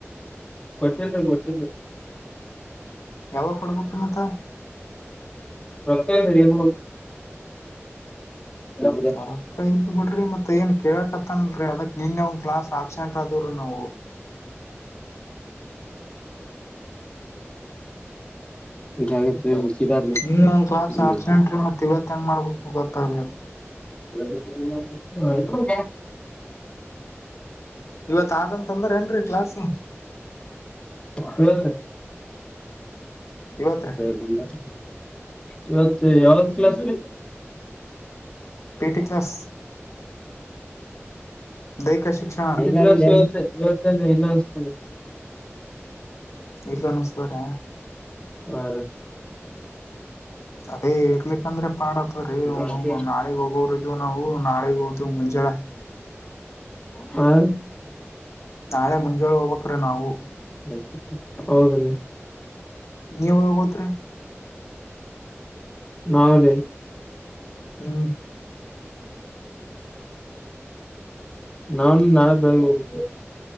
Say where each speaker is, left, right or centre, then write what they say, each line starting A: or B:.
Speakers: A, on the left (about 25°); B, on the left (about 85°).
A: ಕೊಟ್ಟಿಲ್ರಿ ಕೊಟ್ಟಿಲ್ರಿ ಕೊಟ್ಟಿಲ್ರಿ
B: ಯಾವಾಗ ಕೊಡ್ಬೇಕ್ರಿ ಮತ್ತ
A: ರೊಕ್ಕ ಇಲ್ರಿ ಏನ್ ಮಾಡ್ಬೇಕು
B: ರೊಕ್ಕ ಇಲ್ ಬಿಡ್ರಿ ಮತ್ ಏನ್ ಕೇಳಕತ್ತನ್ಲ್ರಿ ಅದಕ್ ನಿನ್ನೆ ಒಂದ್ ಕ್ಲಾಸ್ ಆಬ್ಸೆಂಟ್ ಆದವ್ರಿ ನಾವು
A: ಇದಾಗೈತಿ ಬಿಸಿದಾದ್ಮೇಲೆ
B: ನಿನ್ನೆ ಒಂದ್ ಕ್ಲಾಸ್
A: ಏನ್
B: ಆಬ್ಸೆಂಟ್
A: ಮಾಡ್ತಿ.
B: ರೀ ಮತ್ ಇವತ್ ಹೆಂಗ್ ಮಾಡ್ಬೇಕು ಗೊತ್ತಾಗ್ಲಿ ಅದ
A: ಇವತ್ತು
B: ಇವತ್ ಆದಂತಂದ್ರ ಏನ್ರೀ ಕ್ಲಾಸ್
A: ತಗೋಲೆ
B: ಇವತ್ರಿ
A: ಬಂಗಾರ ಇವತ್ತು ಯಾವ್ದ್ ಕ್ಲಾಸ್ ರೀ
B: ಪಿ ಟಿ ಕ್ಲಾಸ್ ದೈಹಿಕ ಶಿಕ್ಷಣ
A: ಕ್ಲಾಸ್ ಇವತ್ತು ಇವತ್ತೇನ್ರಿ ಇಲ್ಲ ಅನ್ಸ್ತದೆ
B: ಇಲ್ಲ ಅನಸ್ತದ್ರ
A: ಹಾ
B: ಅದೇ ಇರ್ಲಿಕ್ಕಂದ್ರೆ ಪಾಡತ್ತದ್ರೀ
A: ರೀ
B: ನಾಳಿಗ್ ಹೋಗೋರ್ ಇದೀವ್ ನಾವು ನಾಳಿಗ್ ಹೋಗ್ತಿವ್ ಮುಂಜಾಳೆ
A: ಹಾ ರೀ?
B: ನಾಳೆ ಮುಂಜಾಳೆ ಹೋಗ್ಬೇಕ್ರಿ ನಾವು
A: ಬೇಕಿತ್ತು ಹೌದ್ರಿ
B: ನೀವ್ ಹೋಗೋತ್ರಿ
A: ನಾವ್ರಿ
B: ಹ್ಮ್
A: ನಾವ್ ನಾಳೆ ಬೆಳಗ್ಗೆ ಹೋಗ್ಬೇಕು